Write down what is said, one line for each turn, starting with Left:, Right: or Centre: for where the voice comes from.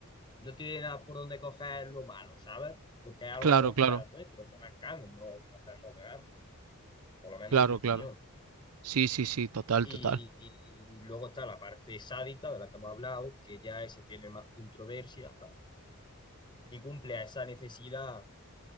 Left: no tiene nada por donde coger lo malo, ¿sabes? Porque es algo
Right: claro,
Left: natural
Right: claro,
Left: nuestro, que más carne, no vamos a hacernos veganos, por lo menos
Right: claro,
Left: en mi opinión.
Right: claro. Sí, sí, sí, total,
Left: Y,
Right: total.
Left: y luego está la parte sádica de la que hemos hablado, que ya esa tiene más controversia y cumple a esa necesidad